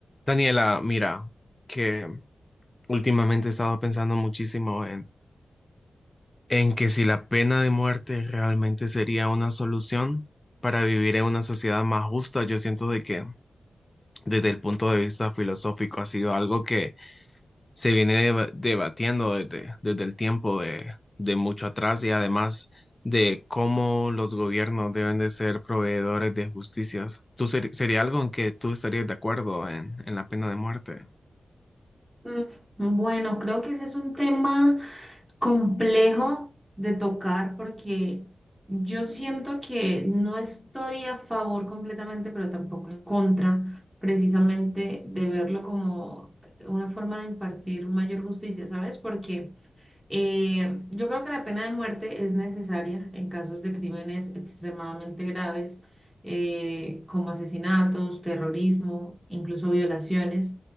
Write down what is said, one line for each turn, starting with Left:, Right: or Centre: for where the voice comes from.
Left: Daniela, mira, que últimamente he estado pensando muchísimo en, en que si la pena de muerte realmente sería una solución para vivir en una sociedad más justa, yo siento de que desde el punto de vista filosófico ha sido algo que se viene deba- debatiendo desde, desde el tiempo de, de mucho atrás y además de cómo los gobiernos deben de ser proveedores de justicias. ¿Tú ser- sería algo en que tú estarías de acuerdo en, en la pena de muerte?
Centre: Mm, Bueno, creo que ese es un tema complejo de tocar porque yo siento que no estoy a favor completamente, pero tampoco en contra, precisamente de verlo como una forma de impartir mayor justicia, ¿sabes? Porque eh, yo creo que la pena de muerte es necesaria en casos de crímenes extremadamente graves, eh, como asesinatos, terrorismo, incluso violaciones,